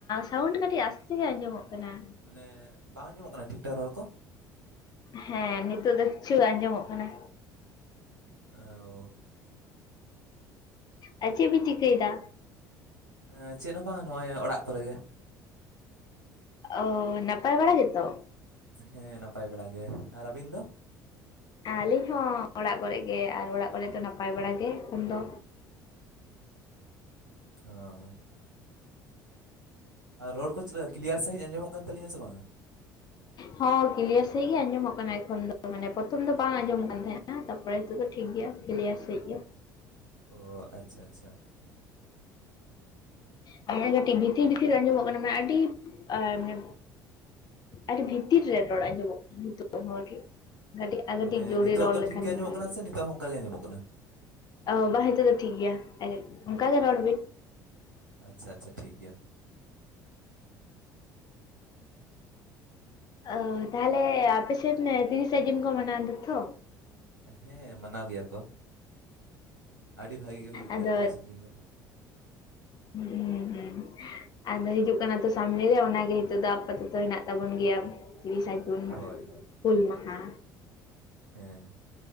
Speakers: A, on the left; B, on the right.
A: ᱥᱟᱣᱩᱱᱰ ᱠᱟᱹᱴᱤᱡ ᱟᱥᱛᱮ ᱜᱮ ᱟᱸᱡᱚᱢᱚᱜ ᱠᱟᱱᱟ
B: ᱢᱟᱱᱮ ᱵᱟᱝ ᱟᱸᱢᱚᱜ ᱠᱟᱱᱟ ᱴᱷᱤᱠ ᱴᱷᱟᱠ ᱨᱚᱲ ᱠᱚ
A: ᱦᱮᱸ ᱱᱤᱛᱳᱜ ᱫᱚ ᱠᱤᱪᱷᱩ ᱟᱸᱡᱚᱢᱚᱜ ᱠᱟᱱᱟ
B: <unintelligible>
A: ᱟᱨ ᱪᱮᱫ ᱵᱤᱱ ᱪᱤᱠᱟᱹᱭᱫᱟ
B: ᱮᱸᱻ ᱪᱮᱫ ᱦᱚᱸ ᱵᱟᱝ ᱱᱚᱜᱼᱚᱭ ᱚᱲᱟᱜ ᱠᱚᱨᱮ ᱜᱮ
A: ᱚ ᱱᱟᱯᱟᱭ ᱵᱟᱲᱟ ᱜᱮᱛᱚ
B: ᱦᱮᱸ ᱱᱟᱯᱟᱭ ᱵᱮᱲᱟ ᱜᱮ ᱟᱨ ᱟᱹᱵᱤᱱ ᱫᱚ
A: ᱟᱹᱞᱤᱧ ᱦᱚᱸ ᱚᱲᱟᱜ ᱠᱚᱨᱮ ᱜᱮ ᱟᱨ ᱚᱲᱟᱜ ᱠᱚᱨᱮ ᱫᱚ ᱱᱟᱯᱟᱭ ᱵᱟᱲᱟ ᱜᱮ ᱮᱠᱷᱚᱱ ᱫᱚ
B: ᱦᱮᱸ ᱟᱨ ᱨᱚᱲ ᱠᱚ ᱪᱮᱫ ᱞᱮᱠᱟ ᱠᱞᱤᱭᱟᱨ ᱥᱟᱺᱦᱤᱡ ᱟᱸᱡᱚᱢᱚᱜ ᱠᱟᱱ ᱛᱟᱹᱞᱤᱧᱟ ᱥᱮ ᱵᱟᱝᱟ
A: ᱦᱚᱸ ᱠᱞᱤᱭᱟᱨ ᱥᱺᱦᱤᱡ ᱜᱮ ᱟᱸᱡᱚᱢᱚᱜ ᱠᱟᱱᱟ ᱮᱠᱷᱚᱱ ᱫᱚ ᱢᱟᱱᱮ ᱯᱨᱚᱛᱷᱚᱢ ᱫᱚ ᱵᱟᱝ ᱟᱸᱡᱚᱢ ᱠᱟᱱ ᱛᱟᱦᱮᱸᱜᱼᱟ ᱛᱟᱯᱚᱨᱮ ᱱᱤᱛᱚᱜ ᱫᱚ ᱴᱷᱤᱠ ᱜᱮᱭᱟ ᱠᱞᱤᱭᱟᱨ ᱥᱮᱺᱦᱤᱡ ᱜᱮ
B: ᱚ ᱟᱪᱪᱷᱟ ᱟᱪᱪᱷᱟ
A: ᱢᱟᱱᱮ ᱠᱟᱹᱴᱤᱡ ᱵᱷᱤᱛᱤᱨ ᱵᱷᱤᱛᱤᱨ ᱟᱸᱡᱚᱢᱚᱜ ᱠᱟᱱᱟ ᱢᱟᱱᱮ ᱟᱹᱰᱤ ᱢᱟᱱᱮ ᱟᱹᱰᱤ ᱵᱷᱤᱛᱤᱨ ᱨᱮ ᱨᱚᱲ ᱟᱸᱡᱚᱢᱚᱜ ᱠᱟᱱᱟ ᱱᱤᱛᱚᱜ ᱠᱟᱹᱴᱤᱡ ᱟᱨ ᱠᱟᱴᱤᱡ
B: ᱢᱟᱱᱮ
A: ᱡᱩᱨ
B: ᱱᱤᱛᱚᱜ
A: ᱨᱮ ᱨᱚᱲ
B: ᱫᱚ
A: ᱞᱮᱱᱠᱦᱟᱱ
B: ᱴᱷᱤᱠ ᱜᱮ ᱟᱸᱡᱚᱢᱚᱜ
A: ᱵᱷᱟᱜᱮ
B: ᱠᱟᱱᱟ ᱥᱮ ᱱᱤᱛᱚᱜ ᱦᱚᱸ ᱚᱱᱠᱟ ᱜᱮ ᱟᱸᱡᱚᱢᱚᱜ ᱠᱟᱱᱟ
A: ᱚ ᱵᱟᱝ ᱱᱤᱛᱚᱜ ᱫᱚ ᱴᱷᱤᱠ ᱜᱮᱭᱟ ᱚᱱᱠᱟ ᱜᱮ ᱨᱚᱲ ᱵᱤᱱ᱾
B: ᱟᱪᱷᱟ ᱟᱪᱷᱟ ᱴᱷᱤᱠ ᱜᱮᱭᱟ᱾
A: ᱚ ᱛᱟᱦᱞᱮ ᱟᱯᱮ ᱥᱮᱱ ᱛᱤᱨᱤᱥᱟ ᱡᱩᱱ ᱠᱚ ᱢᱟᱱᱟᱣᱫᱟ ᱛᱷᱚ
B: ᱦᱮᱸ ᱢᱟᱱᱟᱣ ᱜᱮᱭᱟ ᱠᱚ᱾ ᱟᱹᱰᱤ ᱵᱷᱟᱜᱤ ᱜᱮ ᱦᱩᱭᱩᱜ ᱜᱮᱭᱟ
A: ᱟᱫᱚ
B: ᱛᱤᱨᱤᱥᱮ ᱡᱩᱱ ᱫᱚ᱾
A: ᱦᱩᱸ ᱦᱩᱸ ᱟᱫᱚ ᱦᱤᱡᱩᱜ ᱠᱟᱱᱟ ᱛᱚ ᱥᱟᱢᱱᱮ ᱨᱮ ᱚᱱᱟᱜᱮ ᱱᱤᱛᱚᱜ ᱫᱚ ᱟᱯᱟᱛᱚ ᱫᱚ ᱦᱮᱱᱟᱜ ᱛᱟᱵᱚᱱ ᱜᱮᱭᱟ᱾ ᱛᱤᱨᱤᱥ ᱮ ᱡᱩᱱ
B: ᱦᱳᱭ ᱦᱳᱭ
A: ᱦᱩᱞ ᱢᱟᱦᱟ!
B: ᱦᱮᱸ